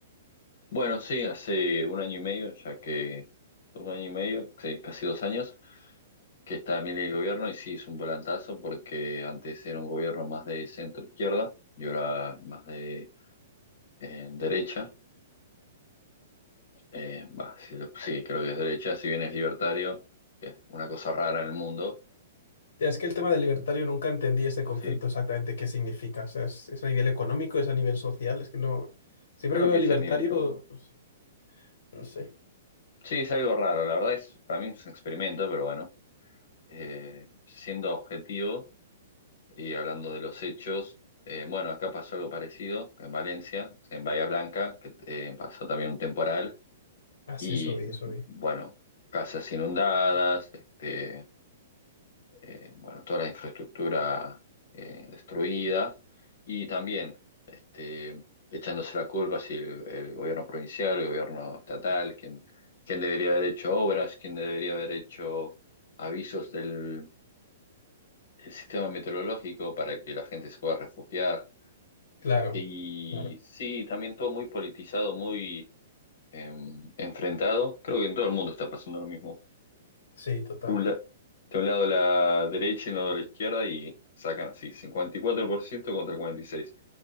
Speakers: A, on the left; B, on the left.
A: Bueno, sí, hace un año y medio, ya que un año y medio, sí, casi dos años, que está Milei en el gobierno y sí, es un volantazo porque antes era un gobierno más de centro izquierda y ahora más de eh, derecha. Eh, bah, sí, sí, creo que es derecha, si bien es libertario, que es una cosa rara en el mundo.
B: Ya, Es que el tema del libertario nunca entendí ese concepto
A: Sí,
B: exactamente qué significa. O sea, es, es a nivel económico, es a nivel social. Es que no. Siempre
A: creo
B: que veo
A: que es
B: libertario,
A: a nivel todo.
B: pues, no sé.
A: Sí, es algo raro, la verdad es, para mí es un experimento, pero bueno, eh, siendo objetivo. Y hablando de los hechos, eh, bueno, acá pasó algo parecido en Valencia, en Bahía Blanca, que eh, pasó también un temporal
B: Así,
A: y
B: eso vi, eso vi.
A: bueno, casas inundadas, este, eh, bueno, toda la infraestructura eh, destruida y también este, echándose la culpa si el, el gobierno provincial, el gobierno estatal, quién, quién debería haber hecho obras, quién debería haber hecho avisos del del sistema meteorológico para que la gente se pueda refugiar.
B: Claro,
A: Y
B: claro.
A: sí, también todo muy politizado, muy em, enfrentado. Creo que en todo el mundo está pasando lo mismo.
B: Sí, total.
A: De un, la- de un lado la derecha y de lado la izquierda y sacan así, 54% contra 46,